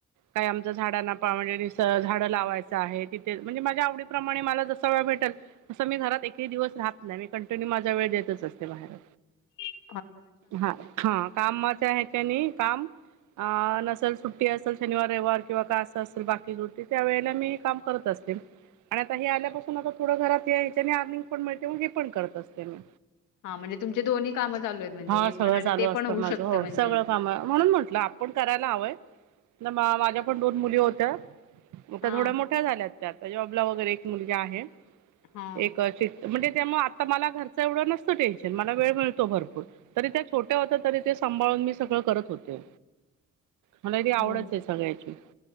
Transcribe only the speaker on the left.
ह
हां, म्हणजे तुमचे दोन्ही कामं चालू आहेत म्हणजे
हे
पण आणि
ते
पण होऊ
शकतं
म्हणजे
हां
हां
हो